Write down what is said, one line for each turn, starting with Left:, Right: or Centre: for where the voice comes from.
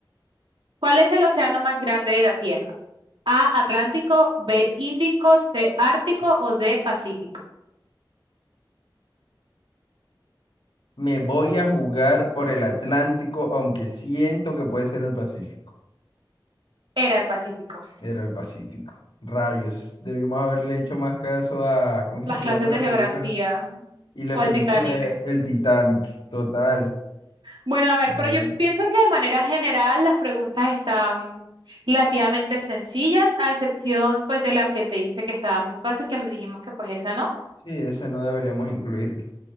Right: ¿Cuál es el océano más grande de la Tierra? A, Atlántico, B, Índico, C, Ártico o D, Pacífico.
Left: Me voy a jugar por el Atlántico, aunque siento que puede ser el Pacífico.
Right: Era el Pacífico.
Left: Era el Pacífico. Rayos. Debimos haberle hecho más caso a... ¿Cómo es
Right: Las
Left: que se
Right: clases
Left: llama
Right: de
Left: la
Right: geografía
Left: película? Y la
Right: o
Left: película
Right: el Titanic.
Left: es El Titanic, total.
Right: Bueno, a ver,
Left: Bueno,
Right: pero yo pienso que de manera general las preguntas están relativamente sencillas, a excepción pues de la que te hice que estaba muy fácil, que me dijimos que pues esa no.
Left: sí, esa no deberíamos incluirlo.